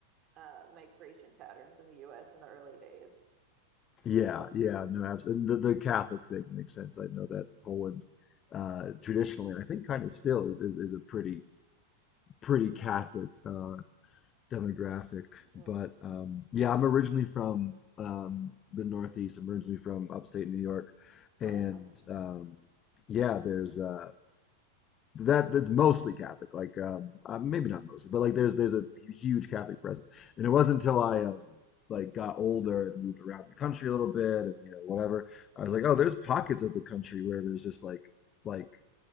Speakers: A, on the right; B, on the left.
A: uh, migration patterns in the U.S. in the early days.
B: Yeah. Yeah. No, absolutely. The, the Catholic thing makes sense. I know that Poland, uh, traditionally, and I think kind of still is, is, is a pretty pretty Catholic uh, demographic.
A: Mm.
B: But um, yeah, I'm originally from um, the Northeast. I'm originally from upstate New York, and
A: Oh, cool.
B: um, yeah, there's uh, that that's mostly Catholic. Like um, uh, maybe not mostly, but like there's there's a huge Catholic presence. And it wasn't until I um, like got older and moved around the country a little bit, and you know whatever, I was like, oh, there's pockets of the country where there's just like like